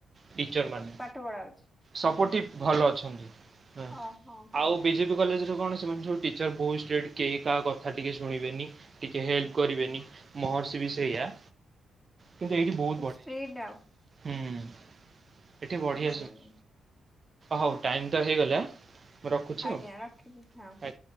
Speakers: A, on the right; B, in the centre.
A: ଟିଚର ମାନେ।
B: ପାଠ ପଢ଼ାହଉଛି।
A: ସପୋର୍ଟିଭ ଭଲ ଅଛନ୍ତି ହୁଁ,
B: ଓହୋ।
A: ଆଉ ବିଜେପି କଲେଜରେ କଣ ସେମାନେ ସବୁ ଟିଚର୍ ବହୁତ ଷ୍ଟ୍ରିଟ କେହି କାହା କଥା ଟିକିଏ ଶୁଣିବେନି। ଟିକେ ହେଲ୍ପ କରିବେନି ମହର୍ଷି ବି ସେଇଆ। କିନ୍ତୁ ଏଇଠି ବହୁତ ବଢିଆ
B: ଷ୍ଟ୍ରିଟ୍ ଆଉ
A: ହେଇଛି, ହୁଁ। ଏଠି ବଢ଼ିଆ
B: ହୁଁ
A: ସବୁ, ହଉ ଟାଇମ୍ ତ ହେଇଗଲା ମୁଁ ରଖୁଛି
B: ଆଜ୍ଞା ରଖିଲି ହଁ।
A: ଆଉ।